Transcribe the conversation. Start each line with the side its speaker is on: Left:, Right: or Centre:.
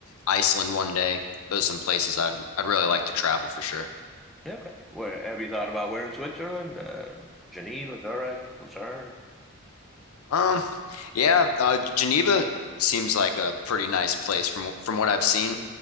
Left: Iceland one day. Those are some places I'd I'd really like to travel for sure.
Centre: okay. Where have you thought about where in Switzerland? Uh, Geneva, Zurich, Lucerne.
Left: Um, yeah, uh, Geneva seems like a pretty nice place from from what I've seen.